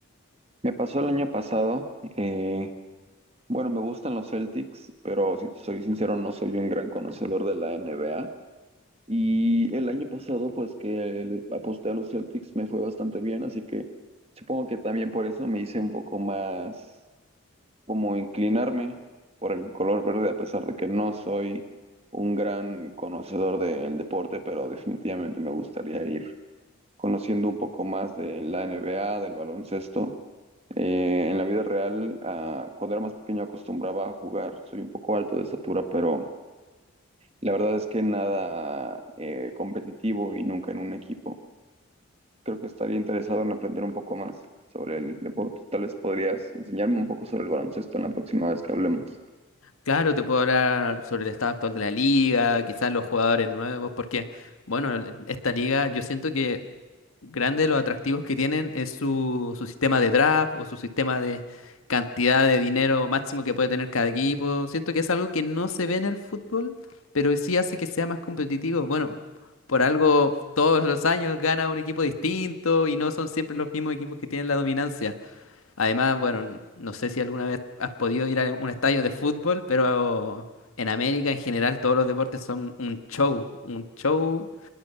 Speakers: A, on the right; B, on the left.
A: Me pasó el año pasado. eh, bueno, me gustan los Celtics, pero si te soy sincero, no soy un gran conocedor de la NBA. Y el año pasado, pues que le aposté a los Celtics, me fue bastante bien, así que supongo que también por eso me hice un poco más como inclinarme por el color verde, a pesar de que no soy un gran conocedor del deporte, pero definitivamente me gustaría ir conociendo un poco más de la NBA, del baloncesto. Eh, en la vida real, ah, cuando era más pequeño acostumbraba a jugar, soy un poco alto de estatura, pero... La verdad es que nada eh, competitivo y nunca en un equipo. Creo que estaría interesado en aprender un poco más sobre el deporte. Tal vez podrías enseñarme un poco sobre el baloncesto en la próxima vez que hablemos.
B: Claro, te puedo hablar sobre el estado actual de la liga, quizás los jugadores nuevos, porque, bueno, l- esta liga yo siento que grande de los atractivos que tienen es su, su sistema de draft o su sistema de cantidad de dinero máximo que puede tener cada equipo. Siento que es algo que no se ve en el fútbol, pero sí hace que sea más competitivo. Bueno, por algo todos los años gana un equipo distinto y no son siempre los mismos equipos que tienen la dominancia. Además, bueno, no sé si alguna vez has podido ir a un estadio de fútbol, pero en América en general todos los deportes son un show, un show